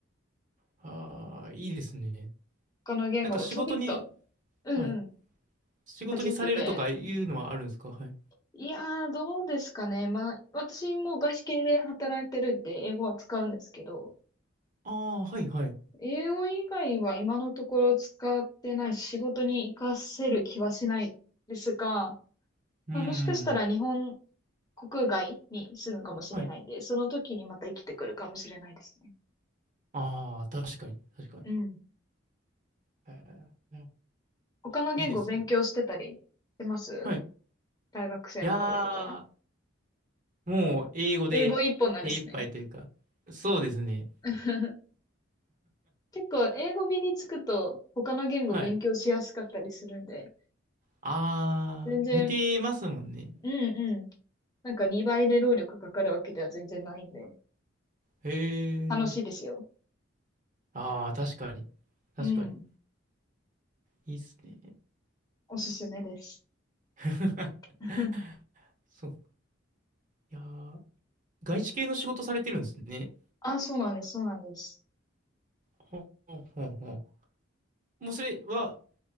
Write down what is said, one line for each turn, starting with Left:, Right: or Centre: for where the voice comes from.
Right: ああ、いいですね。
Left: 他の言語もちょびっと、
Right: なんか仕事に、
Left: うんうん、
Right: はい。仕事にされるとかいうのはあるんですかはい。
Left: かってて。いやー、どうですかね。まあ、私も外資系で働いてるんで、英語は使うんですけど、
Right: ああ、はい、はい。う
Left: 英語以外は今のところ使ってないし仕事に活かせる気はしないですが、
Right: ーん。
Left: まあ、もしかしたら日本国外に住むかもしれないんで、
Right: はい。
Left: その時にまた生きてくるかもしれないですね。
Right: ああ、確かに、確かに。
Left: うん。
Right: えー
Left: 他の言語勉強してたりしてます
Right: いいですね。はい。
Left: 大学生の頃とか。
Right: いやー、もう英語で手一杯というか、
Left: 英語一本なんですね。
Right: そうですね。
Left: <laughs> 結構英語身につくと他の言語勉強しやすかったりするんで、
Right: はい。ああ、
Left: 全然、
Right: 似てますもんね。
Left: うんうん。なんか2倍で労力かかるわけでは全然ないんで。
Right: へ
Left: 楽しいですよ。
Right: え。ああ、確かに。確かに。
Left: うん。
Right: いいっすね。
Left: おすすめです。
Right: <laughs>
Left: <laughs>
Right: そう。いやー、外資系の仕事されてるんですね。
Left: あ、そうなんです、そうなんです。
Right: ほうほうほう。もうそれは、